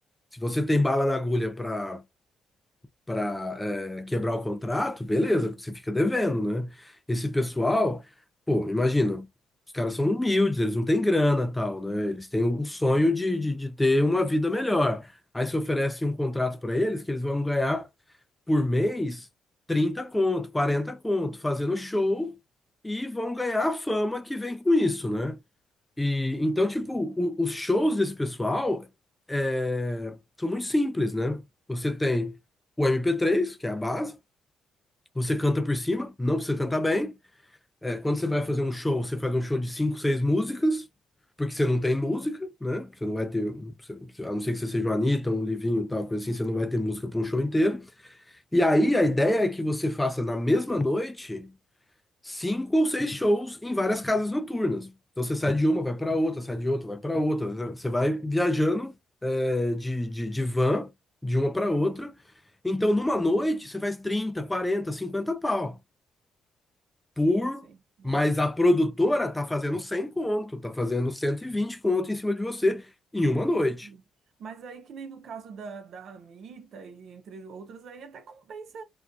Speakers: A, in the centre; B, on the right (about 70°).
A: se você tem bala na agulha para para é, quebrar o contrato, beleza, porque você fica devendo, né? Esse pessoal, pô, imagina, os caras são humildes, eles não têm grana, tal, né? Eles têm o sonho de, de, de ter uma vida melhor. Aí você oferece um contrato para eles que eles vão ganhar por mês 30 conto, 40 conto, fazendo show e vão ganhar a fama que vem com isso, né? E então, tipo, o- os shows desse pessoal é, são muito simples, né? Você tem o MP3, que é a base, você canta por cima, não precisa cantar bem. É, quando você vai fazer um show, você faz um show de cinco, seis músicas, porque você não tem música, né? Você não vai ter, você- você- a não ser que você seja um Anitta, um Livinho, tal, coisa assim, você não vai ter música para um show inteiro. E aí a ideia é que você faça na mesma noite cinco ou seis shows em várias casas noturnas. Então você sai de uma, vai para outra, sai de outra, vai para outra. né? Você vai viajando é, de, de, de van de uma para outra. Então numa noite você faz 30, 40, 50 pau por.
B: Sim, sim. Nossa.
A: Mas a produtora tá fazendo 100 conto, tá fazendo 120 conto em cima de você em uma
B: Entendi.
A: noite.
B: Mas aí, que nem no caso da, da Anitta e entre outros, aí até compensa